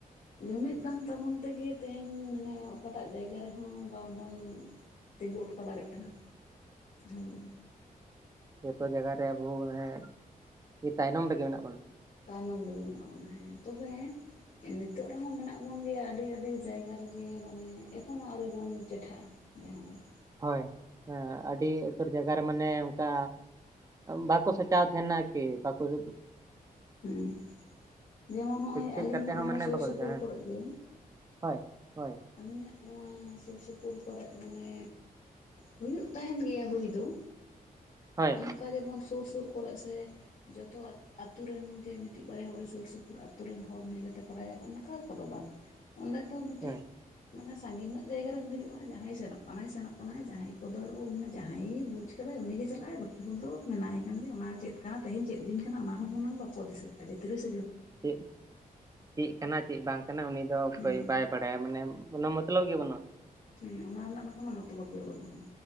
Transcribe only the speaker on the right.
ᱡᱚᱛᱚ ᱡᱟᱭᱜᱟ ᱨᱮ ᱟᱵᱚ ᱢᱟᱱᱮ ᱛᱟᱭᱱᱚᱢ ᱨᱮᱜᱮ ᱢᱮᱱᱟᱜ ᱵᱚᱱᱟ ᱾
ᱦᱳᱭ ᱦᱮᱸ ᱟᱹᱰᱤ ᱩᱛᱟᱹᱨ ᱡᱟᱭᱜᱟ ᱨᱮ ᱢᱟᱱᱮ ᱚᱱᱠᱟ ᱵᱟᱠᱚ <unintelligible> ᱠᱤ ᱵᱟᱠᱚ <inaudible>
ᱥᱤᱠᱠᱷᱤᱛ
ᱠᱟᱛᱮᱫ
ᱦᱚᱸ ᱢᱟᱱᱮ
ᱵᱟᱠᱚ
ᱥᱟᱪᱟᱣᱟ ᱦᱮᱸ
ᱦᱳᱭ ᱦᱳᱭ
ᱦᱳᱭ
ᱦᱳᱭ
ᱪᱮᱫ ᱪᱮᱫ ᱠᱟᱱᱟ ᱪᱮᱫ ᱵᱟᱝ ᱠᱟᱱᱟ ᱩᱱᱤ ᱫᱚᱭ
ᱵᱟᱭ ᱵᱟᱲᱟᱭᱟ ᱢᱟᱱᱮ ᱚᱱᱟ ᱢᱚᱛᱞᱚᱵ ᱜᱮ ᱵᱟᱱᱩᱜ-ᱟ